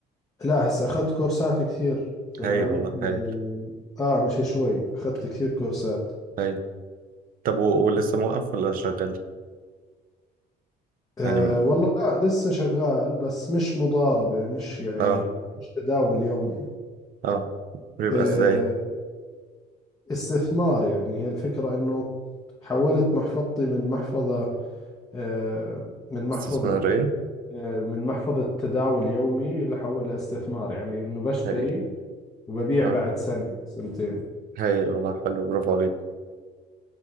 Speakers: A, on the left; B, on the right.
A: لا هسا اخذت كورسات كثير تمام
B: هايل والله
A: يعني
B: هايل
A: اه مش شوي اخذت كثير كورسات
B: هايل طب و- ولسه موقف ولا شغال
A: آه
B: يعني م-
A: والله لا لسه شغال بس مش مضاربة مش يعني
B: اه
A: مش تداول يومي
B: اه بيبقى
A: آه،
B: ازاي
A: استثمار يعني هي الفكرة انه حولت محفظتي من محفظة آه، من محفظة
B: استثمارية
A: آه، من محفظة تداول يومي لحول لاستثمار يعني انه بشتري
B: هايل
A: وببيع
B: اه
A: بعد سنة سنتين
B: هايل والله حلو برافو عليك